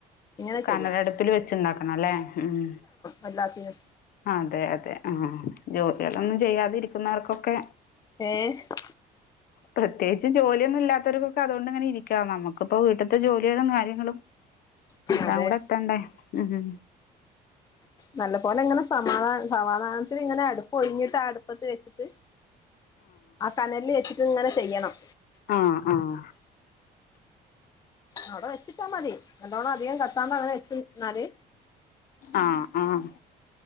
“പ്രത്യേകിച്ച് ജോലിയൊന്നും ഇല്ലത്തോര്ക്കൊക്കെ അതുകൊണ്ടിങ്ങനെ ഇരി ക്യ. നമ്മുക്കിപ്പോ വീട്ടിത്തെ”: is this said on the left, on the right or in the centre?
Left